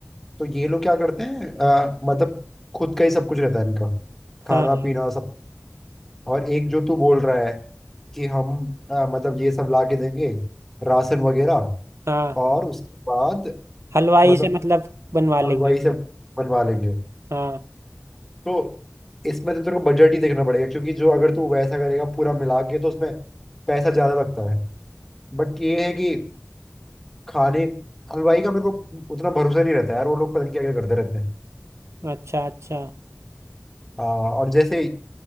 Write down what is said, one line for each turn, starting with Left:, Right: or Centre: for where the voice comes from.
Centre: तो ये लोग क्या करते हैं अ, मतलब खुद का ही सब कुछ रहता है इनका खाना
Right: हाँ
Centre: पीना सब कुछ और एक जो तू बोल रहा है कि हम अ, मतलब ये सब ला के देंगे राशन वगैरह
Right: हाँ
Centre: और उसके बाद
Right: हलवाई
Centre: मतलब
Right: से मतलब बनवा लेंगे
Centre: हलवाई से बनवा लेंगे
Right: हाँ
Centre: तो इसमें तो तेरे को बजट ही देखना पड़ेगा क्योंकि जो अगर तू वैसा करेगा पूरा मिला के तो उसमें पैसा ज़्यादा लगता है बट ये है कि खाने हलवाई का मेरे को उतना भरोसा नहीं रहता यार वो लोग पता नहीं क्या क्या करते रहते हैं
Right: अच्छा अच्छा
Centre: हाँ और जैसे